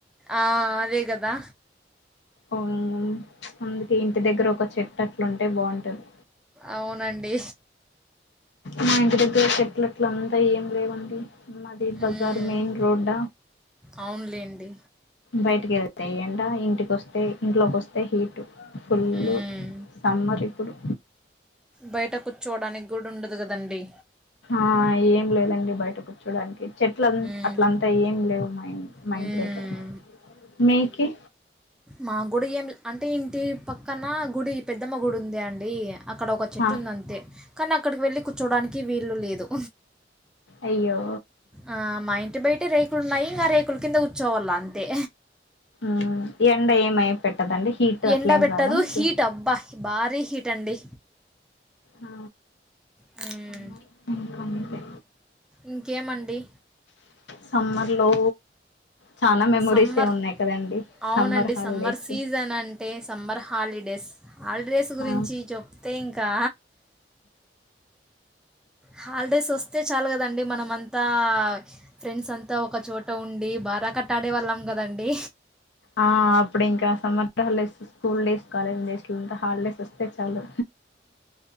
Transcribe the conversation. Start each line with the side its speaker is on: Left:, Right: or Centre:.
Centre: ఆ అదే కదా
Left: అ అందుకే ఇంటి దగ్గర ఒక చెట్టు అట్లుంటే బాగుంటది
Centre: అవునండి
Left: మా ఇంటి దగ్గర చెట్ల అట్ల అంతా ఏం లేవండి మాది బజార్
Centre: మ్మ్.
Left: మెయిన్ రోడ్డ
Centre: అవునులేండి.
Left: బయటికి వెళ్తే ఎండ ఇంటికి వస్తే ఇంట్లోకి వస్తే హీటు ఫుల్
Centre: హ్మ్.
Left: సమ్మర్ ఇప్పుడు
Centre: బయట కూర్చోడానికి గూడ ఉండదు కదండి
Left: ఆ ఏం లేదండి బయట కూర్చోడానికి చెట్ల
Centre: హ్మ్.
Left: అట్లంతా ఏం లేవు మా మా
Centre: హ్మ్.
Left: ఇంటి దగ్గర మీకి
Centre: మా గుడి ఏం అంటే ఇంటి పక్కన గుడి పెద్దమ్మ గుడి ఉంద అండి అక్కడ ఒక చెట్టు
Left: ఆ
Centre: ఉందంతే కానీ అక్కడికి వెళ్ళి కూర్చోడానికి వీళ్లు లేదు
Left: అయ్యో
Centre: ఆ మా ఇంటి బయట రేకులు ఉన్నాయి ఇంకా రేకుల కింద కూర్చోవళ్ళ అంతే
Left: మ్ ఎండ ఏమై పెట్టదండి హీట్ అట్లేం
Centre: ఎండబెట్టదు
Left: రాదా మీకి
Centre: హీట్ అబ్బా భారీ హీట్ అండి
Left: ఆ
Centre: హ్మ్మ్
Left: సమ్మర్ ఇంకా అంతే
Centre: ఇంకేమండి
Left: సమ్మర్లో చాలా మెమొరీసే
Centre: సమ్మర్
Left: ఉన్నాయి కదండి
Centre: అవునండి
Left: హాలిడేస్
Centre: సమ్మర్ సీజన్ అంటే సమ్మర్ హాలిడే డ్రెస్ ఆళ్ డ్రెస్ గురించి
Left: ఆ
Centre: చెప్తే ఇంకా హాలిడేస్ వస్తే చాలు కదండి మనమ అంతా ఫ్రెండ్స్ అంతా ఒక చోట ఉండి బ్వారా కట్టాడే వాళ్ళం కదండి
Left: ఆ అప్పుడు ఇంకా summer holidays school days college days లంతా హాలిడేస్ వస్తే చాలు